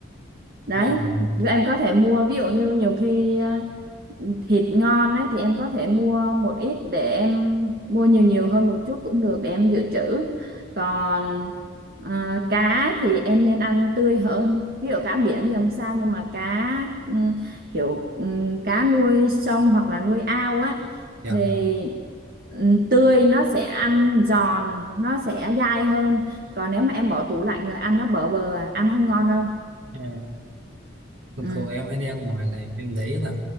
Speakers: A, on the right (about 50°); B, on the right (about 85°).
A: đấy
B: à
A: em có thể mua ví dụ như nhiều khi à, thịt ngon ấy thì em có thể mua một ít để em mua nhiều nhiều hơn một chút cũng được để em dự trữ còn à, cá thì em nên ăn tươi hơn ví dụ cá biển thì không sao nhưng mà cá ừm, kiểu ừm, cá nuôi sông hoặc là nuôi ao á
B: dạ
A: thì ừm, tươi nó sẽ ăn giòn nó sẽ dai hơn còn nếu mà em bỏ tủ lạnh rồi ăn nó bở bờ à, ăn không ngon đâu
B: à, thường
A: ừ.
B: thường em hay đi ăn ngoài là em để ý là